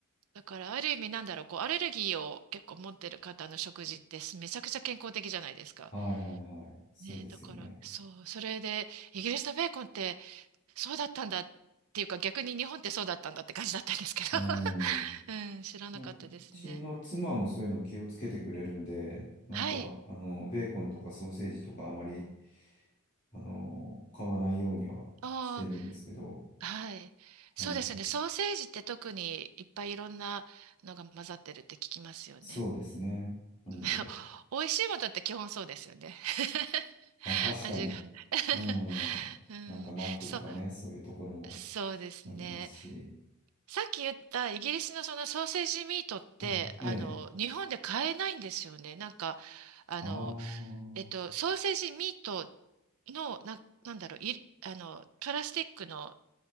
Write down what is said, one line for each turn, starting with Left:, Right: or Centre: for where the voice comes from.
Right: だから、ある意味なんだろう、こう、アレルギーを結構持ってる方の食事ってすめちゃくちゃ健康的じゃないですか。
Left: はいはいはい。そうですよね。
Right: ね、だから、そう。それで、イギリスのベーコンってそうだったんだっていうか、逆に日本ってそうだったんだって感じだったんですけど。
Left: うん。
Right: <laughs>
Left: い
Right: うん、知らなかったですね。
Left: や、うちの妻もそういうの気をつけてくれるんで、なんか、
Right: はい。
Left: あの、ベーコンとかソーセージとかあまり、あの、買わないようにはしてるんですけど、
Right: ああ、はい。そうですね。
Left: はい。
Right: ソーセージって特にいっぱいいろんなのが混ざってるって聞きますよね。
Left: そうですね。なので、
Right: <laughs> 美味しいものって基本そうですよね。<laughs>
Left: まあ確かに、
Right: 味が
Left: うん。
Right: <laughs> うん、
Left: なんかマックとかね、
Right: そう、
Left: そういうところも
Right: そうですね。
Left: ありますし、
Right: さっき言ったイギリスのそのソーセージミートって、
Left: <clears throat>
Right: あの、
Left: ええ。
Right: 日本で買えないんですよね。なんか、あの、
Left: ああ、は
Right: えっと、ソーセージミートの、な、なんだろう、い、あの、プラスチックの